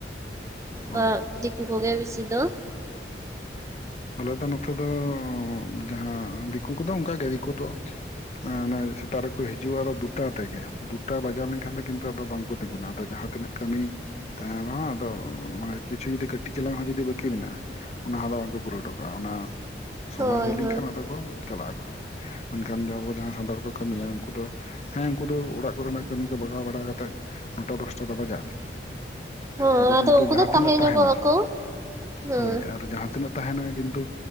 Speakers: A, on the right; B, on the left.
A: ᱚᱝᱠᱟ
B: ᱚ
A: <inaudible> ᱫᱤᱠᱩ ᱠᱚ ᱜᱮ ᱵᱤᱥᱤ ᱫᱚ ᱾
B: ᱟᱞᱮ ᱫᱚ ᱱᱚᱛᱮ ᱫᱚ ᱡᱟᱦᱟᱸ ᱫᱤᱠᱩ ᱠᱚᱫᱚ ᱚᱱᱠᱟᱜᱮ ᱫᱤᱠᱩ ᱫᱚᱼᱼ ᱚᱱᱮ ᱥᱮᱛᱟᱜ ᱨᱮᱠᱚ ᱦᱤᱡᱩᱜᱼᱟ ᱫᱚ ᱫᱩᱴᱟ ᱛᱮᱜᱮ, ᱫᱩᱴᱟ ᱵᱟᱡᱟᱣ ᱞᱮᱱᱠᱷᱟᱱ ᱫᱚ ᱠᱤᱱᱛᱩ ᱟᱫᱚ ᱵᱟᱝᱠᱚ ᱛᱤᱸᱜᱩᱱᱟ ᱟᱫᱚ ᱡᱟᱦᱟᱸ ᱛᱤᱱᱟᱹᱜᱼᱼ ᱠᱟᱹᱢᱤᱼᱼ ᱛᱟᱭᱚᱢ ᱦᱚᱸ ᱟᱫᱚ ᱢᱟᱱᱮ ᱠᱤᱪᱷᱩ ᱡᱩᱫᱤ ᱠᱟᱹᱴᱤᱡ ᱪᱟᱞᱟᱝ ᱦᱚᱸ ᱡᱩᱫᱤ ᱵᱟᱹᱠᱤ ᱢᱮᱱᱟᱜᱼᱟ ᱚᱱᱟ ᱦᱚᱸᱫᱚ ᱵᱟᱝᱠᱚ ᱯᱩᱨᱟᱹᱣᱟ ᱾ ᱴᱚ ᱠᱟᱜᱼᱟ, ᱚᱱᱟ ᱥᱚᱢᱚᱭ
A: ᱦᱳᱭ
B: ᱦᱩᱭ ᱞᱮᱱᱠᱷᱟᱱ
A: ᱦᱳᱭ᱾
B: ᱟᱫᱚ ᱠᱚ ᱪᱟᱞᱟᱜ ᱟᱠᱚ ᱾ ᱢᱮᱱᱠᱷᱟᱱ ᱫᱚ ᱟᱵᱚ ᱡᱟᱦᱟᱸ ᱦᱚᱫᱚᱲ ᱠᱚ ᱠᱟᱹᱢᱤᱭᱟ ᱩᱱᱠᱩ ᱫᱚᱼᱼ ᱦᱮᱸ ᱩᱱᱠᱩ ᱫᱚ ᱚᱲᱟᱜ ᱠᱚᱨᱮᱱᱟᱜ ᱠᱟᱹᱢᱤ ᱠᱚ ᱵᱟᱜᱟᱣ ᱵᱟᱲᱟ ᱠᱟᱛᱮᱫ ᱱᱚᱴᱟ ᱫᱚᱥᱴᱟ ᱫᱚ ᱵᱟᱡᱟᱜ ᱾
A: ᱦᱮᱸ
B: ᱟᱫᱚ ᱠᱤᱱᱛᱩ
A: ᱩᱱᱠᱩ
B: ᱡᱟᱦᱟᱸ
A: ᱫᱚ
B: ᱛᱤᱱᱟᱹᱜ
A: ᱛᱟᱦᱮᱸ
B: ᱛᱟᱦᱮᱱᱟ,
A: ᱧᱚᱜᱚᱜ ᱟᱠᱚ ᱦᱮᱸ᱾
B: ᱦᱳᱭ ᱟᱫᱚ ᱡᱟᱦᱟᱸᱼᱼ ᱛᱟᱸᱦᱮᱱᱟ ᱠᱤᱱᱛᱩ